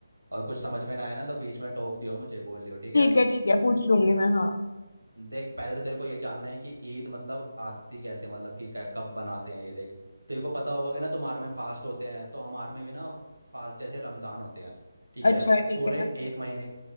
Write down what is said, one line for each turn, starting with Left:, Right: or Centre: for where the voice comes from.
Right: और कुछ समझ में ना आया ना तो बीच में टोक दियो मुझे बोल लियो ठीक
Left: ठीक
Right: है
Left: है ठीक है पूछ लूंगी मैं हाँ
Right: देख पहले तो तेरे को ये जानना है कि ईद मतलब आती कैसे मतलब कि कै- कब बनाते हैं ये देख तेरे को पता होगा कि ना तुम्हारे में फास्ट होते हैं तो हमारे में भी ना फास्ट जैसे रमज़ान होते हैं ठीक
Left: अच्छा
Right: है
Left: ठीक
Right: पूरे
Left: है
Right: एक महीने